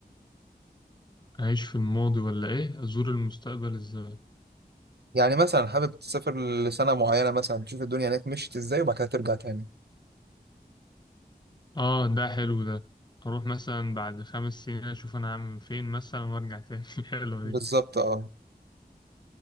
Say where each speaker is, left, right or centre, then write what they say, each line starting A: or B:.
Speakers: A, on the left; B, on the right.
A: أعيش في الماضي ولا إيه أزور المستقبل إزاي
B: يعني مثلا حابب تسافر لسنة معينة مثلا تشوف الدنيا هناك مشيت ازاي وبعد كده ترجع تاني
A: اه ده حلو ده اروح مثلا بعد خمس سنين اشوف انا عامل فين مثلا وارجع تاني <laughs> حلوة
B: بالظبط
A: دي
B: اه